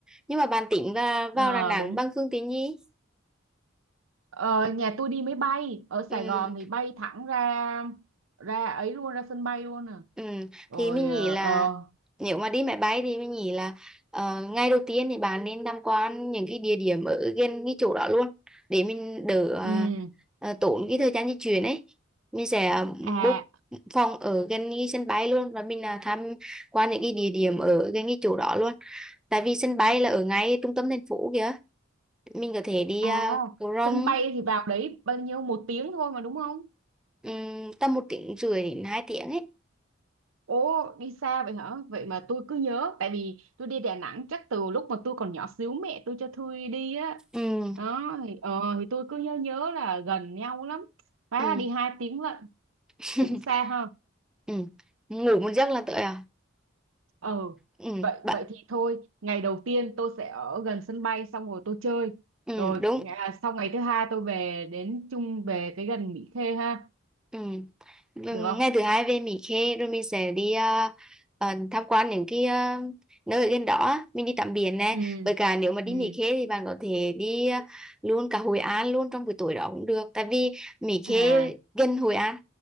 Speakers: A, in the centre; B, on the right.
A: Nhưng mà bạn tính là
B: ờ
A: vào Đà Nẵng
B: đúng
A: bằng phương tiện gì?
B: Ờ, nhà tôi đi máy bay ở
A: Ừ.
B: Sài Gòn thì bay thẳng ra ra ấy luôn ra sân bay luôn à
A: Ừ,
B: rồi
A: thì mình
B: ờ
A: nghĩ là
B: ờ,
A: nếu mà đi máy bay thì mình nghĩ là ờ, ngày đầu tiên thì bạn nên tham quan những cái địa điểm ở gần cái chỗ đó luôn để mình đỡ ờ,
B: ừ
A: ờ, tốn cái thời gian di chuyển ấy mình sẽ ờ,
B: à
A: book phòng ở gần cái sân bay luôn và mình là tham quan những cái địa điểm ở gần cái chỗ đó luôn tại vì sân bay là ở ngay trung tâm thành phố kìa mình có thể đi
B: à
A: uh, cầu Rồng
B: sân bay thì vào đấy bao nhiêu một tiếng thôi mà đúng không
A: ừm, tầm một tiếng rưỡi đến hai tiếng ấy
B: ồ đi xa vậy hả vậy mà tôi cứ nhớ tại vì tôi đi Đà Nẵng chắc từ lúc mà tôi còn nhỏ xíu mẹ tôi cho tôi đi á
A: ừ
B: đó thì ờ thì tôi cứ nhớ nhớ là gần nhau lắm hóa
A: ừ
B: là đi hai tiếng lận
A: <laughs>
B: cũng xa ha
A: ừ. ngủ một giấc là tới à
B: Ờ,
A: ừ.
B: vậy
A: bạn
B: vậy thì thôi, ngày đầu tiên tôi sẽ ở gần sân bay xong rồi tôi chơi.
A: ừ.
B: Rồi
A: đúng
B: à, sau ngày thứ hai tôi về đến chung về cái gần Mỹ Khê ha,
A: ừ. Ừ,
B: được không?
A: ngày thứ hai về Mỹ Khê rồi mình sẽ đi ờ, ờ, tham quan những cái ờ, nơi ở gần đó á. mình đi tắm biển nè
B: ừ
A: với cả nếu mà đi
B: ừ
A: Mỹ Khê thì bạn có thể đi ờ, luôn cả Hội An luôn trong buổi tối đó cũng được tại vì Mỹ
B: À,
A: Khê gần Hội An